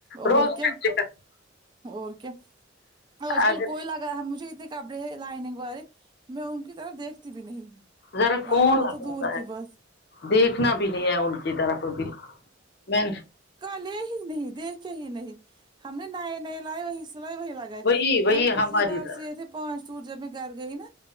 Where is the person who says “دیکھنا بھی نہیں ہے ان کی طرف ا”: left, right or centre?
Left